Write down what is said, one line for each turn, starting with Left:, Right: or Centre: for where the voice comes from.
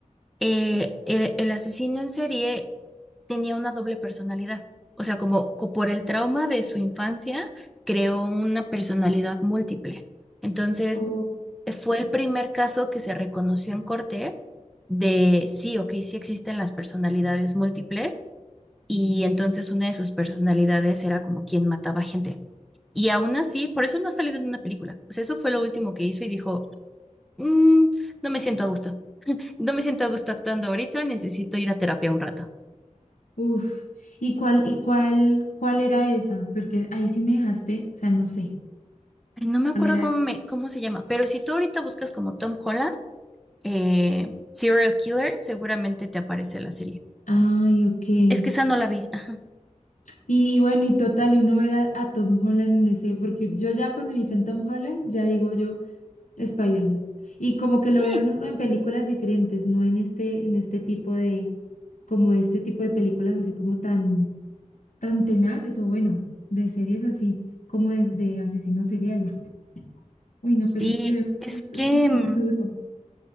Centre: eh, el, el asesino en serie tenía una doble personalidad. O sea, como, co- por el trauma de su infancia, creó una personalidad múltiple. Entonces,
Left: ok,
Centre: fue el primer caso que se reconoció en corte de sí, ok, sí existen las personalidades múltiples y entonces una de sus personalidades era como quien mataba gente. Y aún así, por eso no ha salido en una película. O sea, eso fue lo último que hizo y dijo, "Mm, no me siento a gusto. No me siento a gusto actuando ahorita, necesito ir a terapia un rato.
Left: uf. ¿Y cuál, y cuál, cuál era esa? Porque ahí sí me dejaste, o sea, no sé,
Centre: Ay, no me acuerdo
Left: ¿cuál era
Centre: cómo,
Left: esa?
Centre: me, cómo se llama, pero si tú ahorita buscas como Tom Holland, eh, Serial Killer, seguramente te aparece la serie.
Left: Ay, ok. Y,
Centre: Es que esa no la vi. Ah,
Left: y bueno, y total, y uno ver a, a Tom Holland en ese, porque yo ya cuando me dicen Tom Holland, ya digo yo. Spider-Man. Y como que lo
Centre: sí,
Left: veo en, en películas diferentes, no en este, en este tipo de, como este tipo de películas así como tan, tan tenaces o bueno, de series así como de, de asesinos seriales. Uy, no,
Centre: Sí,
Left: pero sí, obviamente
Centre: es
Left: eso es,
Centre: que
Left: eso es
Centre: mm,
Left: muy duro.